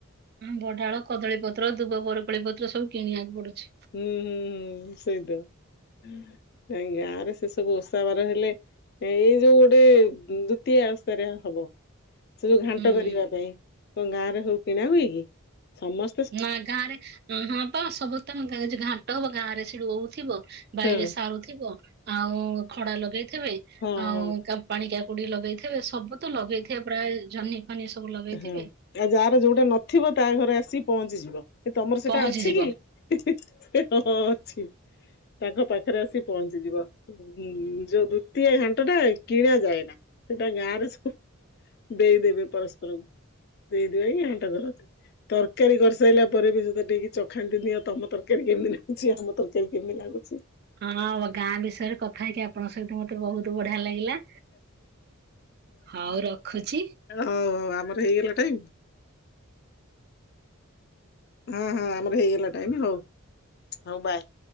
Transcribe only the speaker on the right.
ଆମ୍ୱ ଡାଳ, କଦଳୀ ପତ୍ର, ଦୁବ ବରକଳି ପତ୍ର ସବୁ କିଣିବାକୁ ପଡୁଛି।
ହୁଁ
ନା ଗାଁରେ ହଁ ପା ସମସ୍ତେଙ୍କ ଘାଣ୍ଟ ହବ ଗାଁ ରେ ସେଠୁ ରହୁଥିବ ବାଇରେ
ସାରୁଥିବ ଆଉ ଖଡା ଲଗେଇଥିବେ
ଆଉ
ତାକୁ ପାଣି କା ପୋଡି ଲଗେଇଥିବେ ସବୁ ତ ଲଗେଇଥିବେ ପ୍ରାୟ ଜହ୍ନି ଫନି ସବୁ ଲଗେଇଥିବେ
ପହଞ୍ଚିଯିବ
ହଁ ଆମ ଗାଁ ବିଷୟରେ କଥା ହେଇକି ଆପଣଙ୍କ ସହିତ ମତେ ବହୁତ ବଢିଆ ଲାଗିଲା। ହଉ ରଖୁଛି।